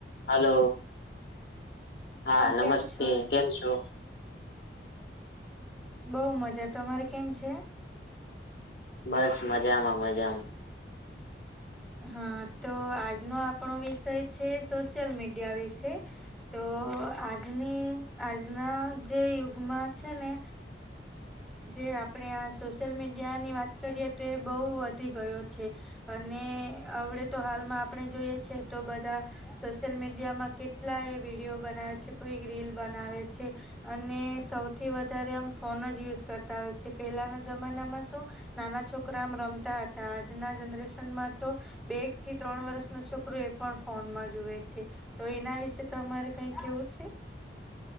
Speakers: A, on the left; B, in the centre.
A: હલો હા નમસ્તે
B: કેમ છો
A: કેમ છો.
B: બઉ મજા તમારે કેમ છે
A: બસ મજામાં મજામાં
B: હા તો આજનો આપણો વિષય છે સોશિયલ મીડિયા વિશે તો આજની આજના જે યુગમાં છે ને જે આપણે સોશિયલ મીડિયા ની વાત કરીએ તો બહુ વધી ગયો છે. અને અડે તો હાલમાં આપણે જોઈએ છેએ તો બધા સોશિયલ મીડિયામાં કેટલા એ વિડીિયો બનાવે છે કોઈ રીલ બનાવે છે. અને સૌથી વધારે આમ ફોન જ યુઝ કરતા હોય છે પહેલાના જમાનામાં શું નાના છોકરા આમ રમતા હતા, આજના જનરેશનમાં તો બે એક થી ત્રણ વર્ષ ન છોકરો એ પણ ફોનમાં જુએ છે. તો એના વિશે તો અમારે કઈ કેવું છે?